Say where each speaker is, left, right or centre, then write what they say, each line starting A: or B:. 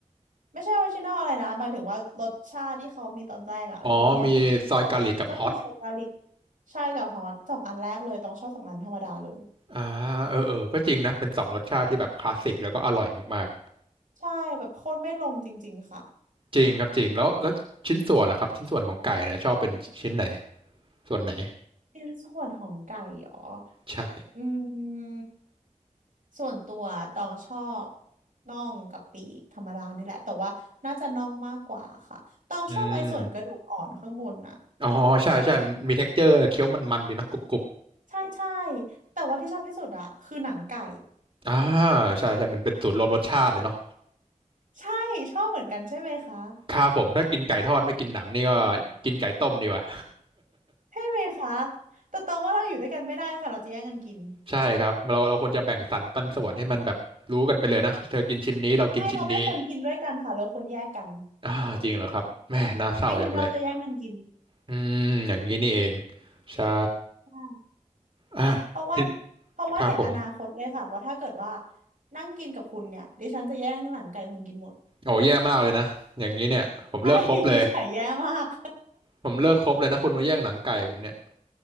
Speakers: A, on the right; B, on the right.
A: ไม่ใช่ออริจินอลอะไรนะหมายถึงว่ารสชาติที่เขามีตอนแรกอะออริจินอลสองอัน
B: อ๋อมีซอยเกาหลีกับฮอต
A: ก็คือใส่กาลิกใช่กับฮอตสองอันแรกเลยต้องชอบสองอันธรรมดาเลย
B: อ่าเออเออก็จริงนะเป็นสองรสชาติที่แบบคลาสสิกแล้วก็อร่อยมาก
A: ใช่แบบโคตรไม่ลงจริงๆค่ะ
B: ๆจริงครับจริงแล้วแล้วชิ้นส่วนล่ะครับชิ้นส่วนของไก่นะชอบเป็นชิ้นไหนส่วนไหน
A: เป็นส่วนของไก่เหรอ
B: ใช่
A: อืมส่วนตัวต้องชอบน่องกับปีกธรรมดานี่แหละแต่ว่าน่าจะน่องมากกว่าค่ะต้องชอบไอ้ส่วนกระดูกอ่อนข้างบนน่ะ
B: อืมอ๋อใช่ใช่มันมี texture เจอร์เคี้ยวมันๆดีเนาะกรุบ
A: ใช่ใช่แต่ว่าที่ชอบที่สุดอะคือหนังไก่
B: ๆอ่าใช่ใช่มันเป็นสูตรรวมรสชาติเลยเนาะ
A: ใช่ชอบเหมือนกันใช่ไหมคะ
B: ครับผมถ้ากินไก่ทอดไม่กินหนังนี่ก็กินไก่ต้มดีกว่า
A: ใช่ไหมคะแต่ตรงว่าเราอยู่ด้วยกันไม่ได้ค่ะเราจะแย่งกันกิน
B: <laughs> ใช่ครับเราเราควรจะแบ่งสรรปันส่วนให้มันแบบรู้กันไปเลยนะเธอกินชิ้นนี้เรากินชิ้นนี้
A: ไม่เราไม่ควรกินด้วยกันค่ะเราควรแยกกัน
B: อ่าจริงเหรอครับแม่น่าเศร้าอย่างเลย
A: ไม่งั้นเราจะแย่งกันกิน
B: อืมอย่างนี้นี่เองใช่
A: ใช่
B: อ่ะพี่
A: เพราะว่าเพราะว่าเห็นอนาคตเลยค่ะว่าถ้าเกิดว่า
B: ครับผม
A: นั่งกินกับคุณเนี่ยดิฉันจะแย่งหลังไก่คุณกินหมด
B: โอ้แย่มากเลยนะอย่างนี้เนี่ยผมเลิกคบเลย
A: ใช่ <laughs> นิสัยแย่มาก
B: ผมเลิกคบเลยนะคุณมาแย่งหนังไก่ผมเนี่ย